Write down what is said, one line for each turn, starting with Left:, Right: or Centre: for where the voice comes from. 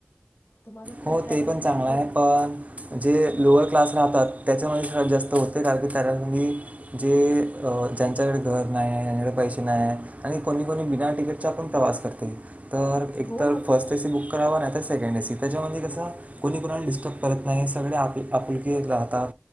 Left: तर माझं खूप
Right: हो
Left: ट्रॅव्हल
Right: ते पण
Left: फ्लाईटनीच
Right: चांगला आहे
Left: होतं
Right: पण जे लोअल क्लास जातात त्याच्यामध्येच हा जात होते कारण की जे ज्यांच्याकडे घर नाही पैसे नाही आणि कोणी कोणी बिना तिकीटचा पण प्रवास करते तर एक
Left: हो
Right: तर फर्स्ट एसी बुक करावं नाही तर सेकंड एसी त्याच्यामध्ये कसं कोणी कोणाला डिस्टर्ब करत नाही सगळे आप आपुलकीे राहतात